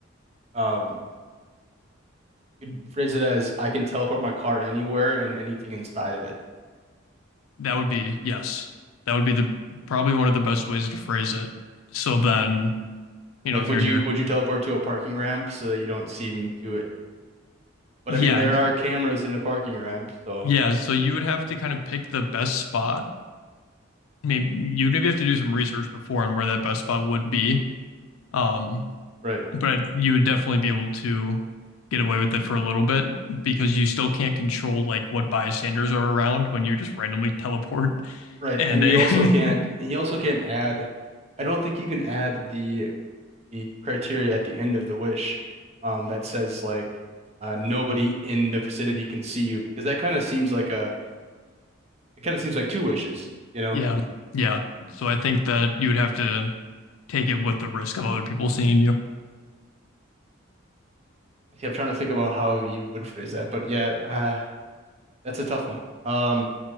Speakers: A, on the right (about 30°); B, on the left (about 80°).
A: Um, you'd phrase it as I can teleport my car anywhere and anything inside of it.
B: That would be, yes, that would be the probably one of the best ways to phrase it. So then, you
A: Like,
B: know, if
A: would
B: you're near,
A: you would you teleport to a parking ramp so that you don't seem to it? But
B: yeah,
A: I mean, there
B: y-
A: are cameras in a parking ramp, so
B: yeah, so you would have to kind of pick the best spot. Maybe you'd maybe have to do some research before on where that best spot would be. Um,
A: right,
B: but you would definitely be able to get away with it for a little bit because you still can't control like what bystanders are around when you just randomly teleport
A: right.
B: and
A: And
B: a
A: you also can't
B: <laughs>
A: and you also can't add. I don't think you can add the the criteria at the end of the wish, um, that says like uh, nobody in the vicinity can see you because that kind of seems like a it kind of seems like two wishes, you know.
B: Yeah. Yeah. So I think that you would have to take it with the risk of other people seeing you.
A: See, I'm trying to think about how you would phrase that, but yeah, uh, That's a tough one. Um,